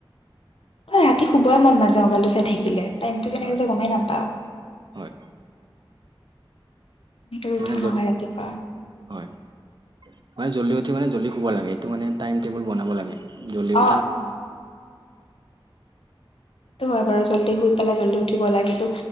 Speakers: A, on the left; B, on the right.
A: এ, ৰাতি শুবই মন নাজায়, মোবাইলটো চাই থাকিলে। টাইমটো কেনেকে
B: হয়
A: যায়, গমে নাপাওঁ।
B: হয়!
A: এনেকে উঠা
B: মানে
A: নহয়
B: জল-
A: ৰাতিপুৱা।
B: হয়! মানে, জল্দি উঠি মানে, জল্দি শুব লাগে। এইটো মানে, টাইম -টেবুল বনাব লাগে। জল্দি উঠা।
A: অ অ সেইটো হয় বাৰু। জল্দি শুই পেলাই, জল্দি উঠিব লাগেতো।